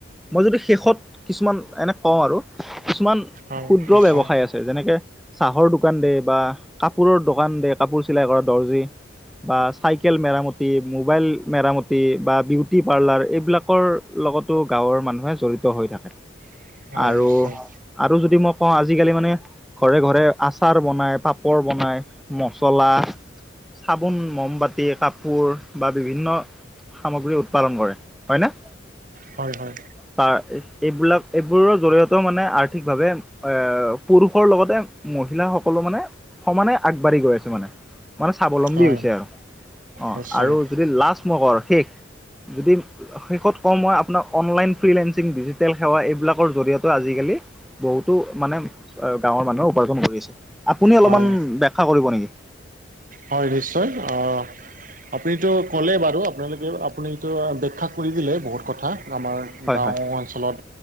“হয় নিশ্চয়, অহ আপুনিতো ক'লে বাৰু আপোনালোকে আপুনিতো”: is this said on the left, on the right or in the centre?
Right